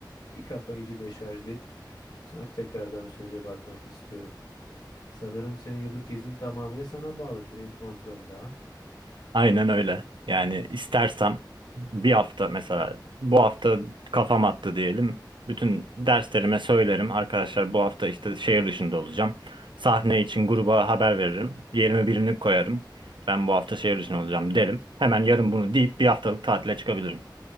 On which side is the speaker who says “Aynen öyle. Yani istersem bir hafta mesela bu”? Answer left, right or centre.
Right